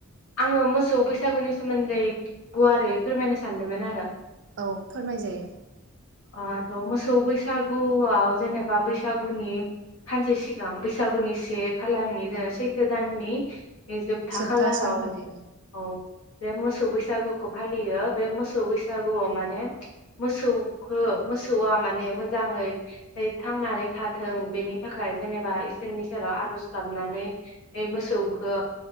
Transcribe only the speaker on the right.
औ फोरमाय जायो
जोप्ता
सानखालि